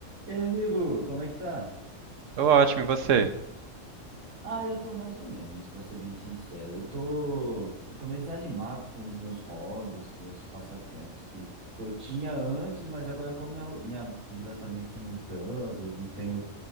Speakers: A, on the right (about 85°); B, on the right (about 65°).
A: E aí, amigo, como é que tá?
B: Tô ótimo, e você?
A: Ah, eu tô mais ou menos, pra ser bem sincero. Eu tô, eu tô meio desanimado com os meus hobbies, meus passatempos que, tipo, eu tinha antes, mas agora como minha, ro- minha vida tá meio que mudando, eu não tenho,